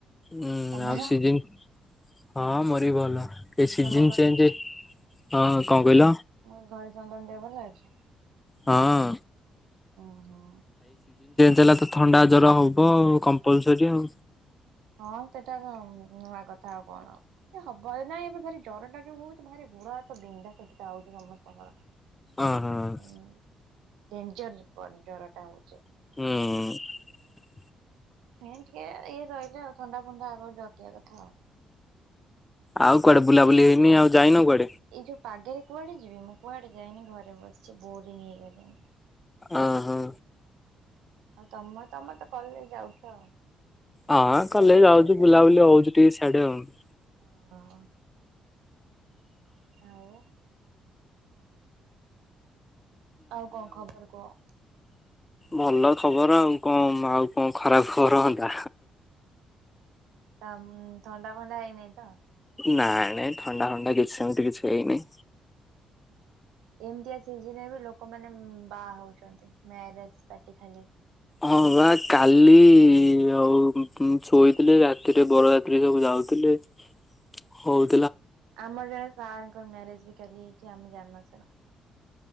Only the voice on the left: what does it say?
ହୁଁ
ଆଉ ସିଜିନ ହଁ ମୋର ବି ଭଲ। ଏ ସିଜିନ
ଚେଞ୍ଜେ ହଁ। କଣ କହିଲ
ହଁ।
ଦେଲା ତ ଥଣ୍ଡା ଜର ହବ ଆଉ କମ୍ପଲସରୀ ଆଉ
ଅ ହଁ।
ହୁଁ।
ଆଉ କୁଆଡେ ବୁଲାବୁଲି ହେଇନି, ଆଉ ଯାଇନ କୁଆଡ଼େ?
ଅଁ ହଁ।
ଆ
କଲେଜ
ଯାଉଚୁ ବୁଲାବୁଲି
ହଉଚି ଟିକେ ସିଆଡେ ଆଉ ।
ଭଲ ଖବର ଆଉ କଣ ଆଉ କଣ ଖରାପ ଖବର ହଁଅନ୍ତା।
ନାଇ ନାଇଁ ଥଣ୍ଡା ଫଣ୍ଡା କିଛି ସେମିତି କିଛି ହେଇନି।
ହଁ ବା କାଲି ଆଉ ଉ ଶୋଇଥିଲି ରାତିରେ ବରଯାତ୍ରି ସବୁ ଯାଉ ଥିଲେ ହଉ।